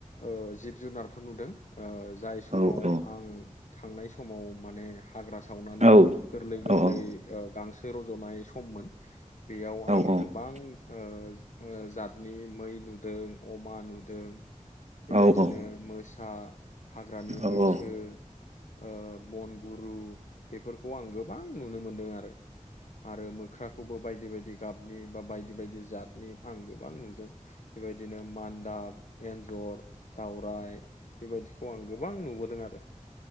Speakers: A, on the left; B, on the right.
A: ओ जिब -जुनारफोर नुदों। ओ जाय
B: औ
A: समाव
B: औ औ
A: आं थांनाय समाव माने हाग्रा सावनानै
B: औ
A: गोरलै गोरलै
B: औ
A: ओ गांसो रज'नाय सममोन बेयाव आं
B: औ
A: गोबां ओ ओ जातनि मै नुदों अमा नुदों बेबायदिनो
B: औ औ
A: मोसा हाग्रानि
B: नंगौ
A: मैसो ओ बनगुरु बेफोरखौ आं गोबां नुनो मोनदों आरो आरो मोख्राखौबो बायदि बायदि गाबनि बा बायदि बायदि जातनि आं गोबां नुदों। बेबायदिनो मान्दाब एन्जर दाउराइ बेबायदिखौ आं गोबां नुबोदों आरो